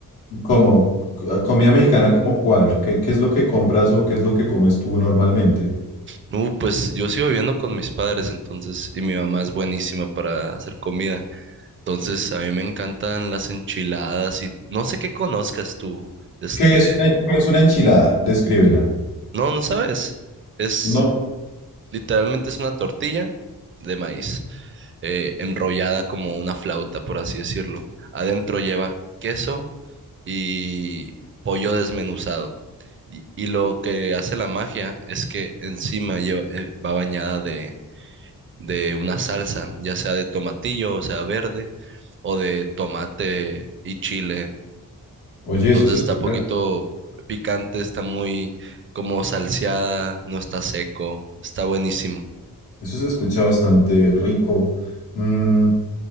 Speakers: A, on the left (about 90°); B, on the right (about 35°).
A: ¿Cómo? c- ¿Comida mexicana como cuál? ¿Qué, qué es lo que compras o qué es lo que comes tú normalmente?
B: No, pues yo sigo viviendo con mis padres, entonces, y mi mamá es buenísima para hacer comida. Entonces, a mí me encantan las enchiladas y no sé qué conozcas tú. Este,
A: ¿Qué es, eh, qué es una enchilada? Descríbela.
B: no, no sabes. Es
A: No.
B: Literalmente es una tortilla de maíz, eh, enrollada como una flauta, por así decirlo. Adentro lleva queso y pollo desmenuzado. Y, y lo que hace la magia es que encima lleva- eh, va bañada de, de una salsa, ya sea de tomatillo, o sea, verde, o de tomate y chile.
A: Oye,
B: Entonces
A: eso es espectacular.
B: está poquito picante, está muy como salseada, no está seco, está buenísimo.
A: Eso se escucha bastante rico. Mm,